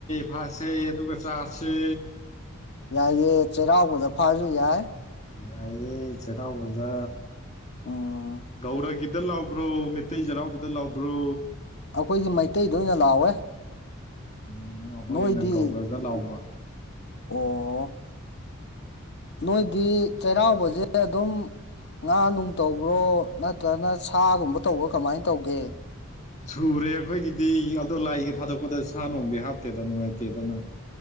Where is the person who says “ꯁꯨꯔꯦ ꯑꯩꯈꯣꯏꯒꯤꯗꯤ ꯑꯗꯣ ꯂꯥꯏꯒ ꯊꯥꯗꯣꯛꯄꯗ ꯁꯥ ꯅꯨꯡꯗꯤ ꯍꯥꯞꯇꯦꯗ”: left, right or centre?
Left